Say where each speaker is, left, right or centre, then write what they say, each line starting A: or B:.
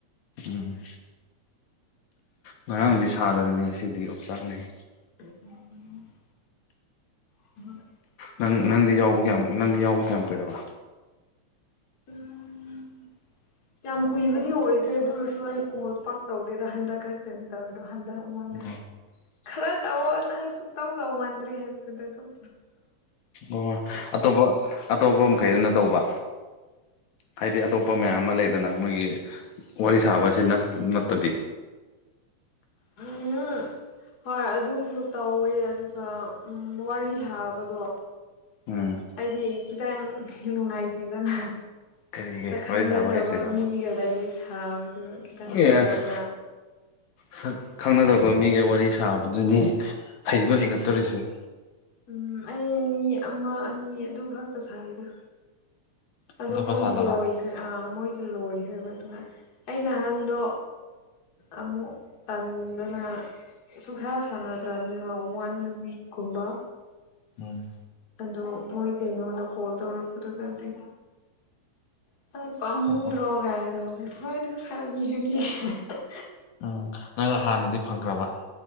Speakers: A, on the left; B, on the left.
A: ꯎꯝ ꯉꯔꯥꯡꯗꯤ ꯁꯥꯗꯕꯅꯤ ꯉꯁꯤꯗꯤ ꯑꯣꯝꯆꯥꯛꯅꯩ
B: ꯑꯗꯨꯗꯤ <unintelligible>
A: ꯅꯪ
B: ꯉꯔꯥꯡ
A: ꯅꯪꯗꯤ ꯌꯥꯎꯕ ꯀꯌꯥꯝ ꯅꯪꯗꯤ ꯌꯥꯎꯕ ꯀꯌꯥꯝ ꯀꯨꯏꯔꯕ
B: <unintelligible> ꯌꯥꯝ ꯀꯨꯏꯕꯗꯤ ꯑꯣꯏꯗ꯭ꯔꯦ ꯑꯗꯨ ꯑꯣꯏꯔꯁꯨ ꯑꯩ ꯀꯣꯜ ꯄꯥꯛ ꯇꯧꯗꯦꯗ ꯍꯟꯗꯛ ꯈꯛꯇꯅꯤꯗꯕꯗꯣ ꯑꯗ ꯃꯣꯟꯅ
A: ꯑꯣ
B: ꯈꯔ ꯇꯧꯑꯣ ꯅꯪ ꯁꯨꯡꯛꯇꯧ ꯇꯧ ꯃꯥꯟꯗ꯭ꯔꯦ ꯍꯥꯏꯕꯗꯨꯗ ꯑꯗꯨꯝ
A: ꯑꯣ ꯑꯇꯣꯞꯄ ꯑꯇꯣꯞꯄ ꯃꯈꯩꯗꯨꯅ ꯇꯧꯕ ꯍꯥꯏꯗꯤ ꯑꯇꯣꯞꯄ ꯃꯌꯥꯝ ꯑꯃ ꯂꯩꯗꯅ ꯃꯣꯏꯒꯤ ꯋꯥꯔꯤ ꯁꯥꯕꯁꯤ ꯅꯠ ꯅꯠꯇꯕꯤ
B: ꯎꯝ ꯍꯣꯏ ꯑꯗꯨꯁꯨ ꯇꯧꯋꯦ ꯑꯗꯨꯒ ꯎꯝ ꯋꯥꯔꯤ ꯁꯥꯕꯗꯣ
A: ꯎꯝ
B: ꯍꯥꯏꯗꯤ ꯈꯤꯇꯪ ꯅꯨꯡꯉꯥꯏꯇꯦꯗꯅ
A: ꯀꯔꯤꯒꯤ
B: ꯁꯛ ꯈꯪꯅꯗꯕ
A: ꯋꯥꯔꯤ ꯁꯥꯕ ꯍꯩꯇ꯭ꯔꯤꯔꯕ
B: ꯃꯤꯒ ꯗꯥꯏꯔꯦꯛ ꯁꯥꯕꯗꯨ ꯈꯤꯇꯪ
A: ꯑꯦꯁ
B: ꯍꯦꯛ ꯌꯥꯝꯅ
A: ꯁꯛ ꯈꯪꯅꯗꯕ ꯃꯤꯒ ꯋꯥꯔꯤ ꯁꯥꯕꯗꯨꯅꯤ ꯍꯩꯕ ꯍꯩꯒꯠꯇꯣꯔꯤꯁꯦ
B: ꯎꯝ ꯑꯩ ꯃꯤ ꯑꯃ ꯑꯅꯤ ꯑꯗꯨ ꯈꯛꯇ ꯁꯥꯏꯗ ꯑꯗꯨ
A: ꯑꯇꯣꯞꯄ
B: ꯃꯣꯏꯗꯤ
A: ꯁꯥꯗꯕ
B: ꯂꯣꯏꯈ꯭ꯔꯦ ꯑꯥ ꯃꯣꯏꯗꯤ ꯂꯣꯏꯈ꯭ꯔꯦꯕ ꯑꯗꯨꯅ ꯑꯩ ꯅꯍꯥꯟꯗꯣ ꯑꯃꯨꯛ ꯄꯟꯗꯅ ꯁꯨꯛꯁꯥ ꯁꯥꯟꯅꯗ꯭ꯔꯝꯅꯦꯕ ꯋꯥꯟ ꯋꯤꯛꯀꯨꯝꯕ
A: ꯎꯝ
B: ꯑꯗꯣ ꯃꯣꯏ ꯀꯩꯅꯣꯅ ꯀꯣꯜ ꯇꯧꯔꯛꯄꯗꯨꯗꯗꯤ <unintelligible>
A: ꯑꯣ ꯎꯝ ꯅꯪ ꯍꯥꯟꯅꯗꯤ ꯐꯪꯈ꯭ꯔꯕ